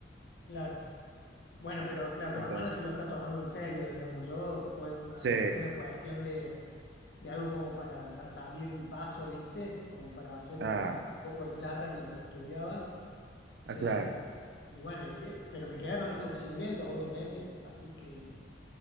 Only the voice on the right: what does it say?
Entonces,
sí.
Ah,
ah,
claro.